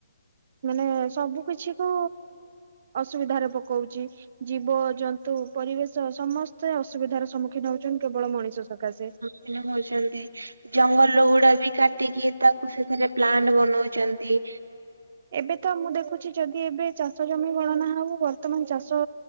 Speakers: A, on the right; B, on the right.
A: ମାନେ ସବୁ କିଛି କୁ ଅସୁବିଧାରେ ପକଉଚି। ଜୀବ ଜନ୍ତୁ ପରିବେଶ ସମସ୍ତେ ଅସୁବିଧାର ସମ୍ମୁଖୀନ ହଉଚନ୍ତି କେବଳ ମଣିଷ ସକାଶେ।
B: <unintelligible> ଜଙ୍ଗଲଗୁଡ଼ା ବି କାଟିକି ତାକୁ ସେଥିରେ ପ୍ଲାଣ୍ଟ ବନୋଉଚନ୍ତି।
A: ଏବେ ତ ମୁଁ ଦେଖୁଚି ଯଦି ଏବେ ଚାଷ ଜମି ଗଣନା ହବ ବର୍ତ୍ତମାନ ଚାଷ